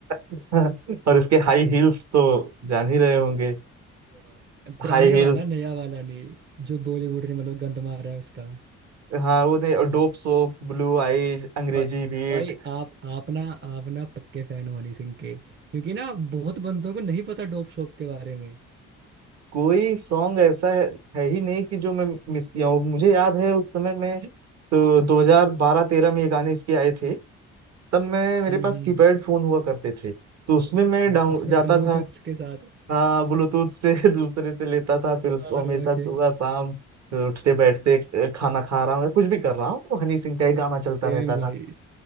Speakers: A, on the right (about 60°); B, on the right (about 35°).
A: <laughs> और इसके हाई हील्स तो जान ही रहे होंगे
B: वाह। पुराने
A: High heels
B: वाला नया वाला नहीं जो बॉलीवुड ने मतलब गंद मारा है उसका
A: हाँ वो नहीं और डोप सोप ब्लू आइज अंग्रेजी
B: भाई
A: बीट
B: भाई आप आप ना आप ना पक्के फैन हो हनी सिंह के क्योंकि ना बहुत बंदों को नहीं पता डोप शोप के बारे में
A: कोई सॉन्ग ऐसा है, है ही नहीं कि जो मैं मिस किया हूँ मुझे याद है उस समय में तो 2012-13 में ये गाने इसके आए थे तब मैं मेरे
B: हम्म
A: पास
B: हम्म
A: कीपैड फोन हुआ करते थे तो उसमें मैं
B: हाँ
A: डाउन
B: उसमें
A: जाता
B: ब्लूटूथ
A: था
B: के साथ
A: हाँ ब्लूटूथ से <laughs> दूसरे से लेता था फिर
B: भरवा
A: उसको
B: भरवा
A: हमेशा
B: के
A: सुबह शाम उठते बैठते अ, खाना खा रहा हूँ या कुछ भी कर रहा हूँ तो हनी सिंह का ही गाना चलता
B: सेम
A: रहता
B: भाई
A: था